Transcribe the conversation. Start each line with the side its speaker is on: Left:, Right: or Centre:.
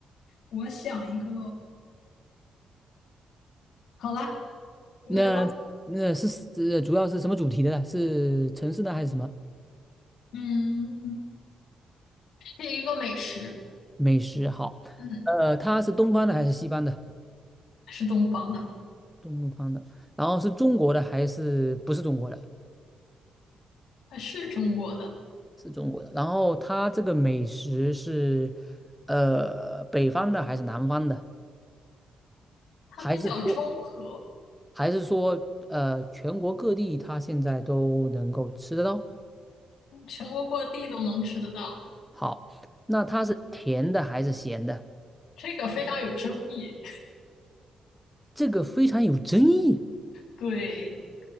Left: 我想一个，好啦，你来吧。
Centre: 那那是呃，主要是什么主题的呢？是城市呢，还是什么
Left: 嗯，是一个美食，
Centre: 美食？好，
Left: 嗯，
Centre: 呃，它是东方的还是西方的？
Left: 是东方的，
Centre: 东方的，然后是中国的还是不是中国的？
Left: 它是中国的，
Centre: 是中国的。然后它这个美食是呃北方的还是南方的？
Left: 它比较中和，
Centre: 还是说？还是说呃全国各地它现在都能够吃得到？
Left: 全国各地都能吃得到。
Centre: 好，那它是甜的还是咸的？
Left: 这个非常有争议，
Centre: 这个非常有争议。
Left: 对，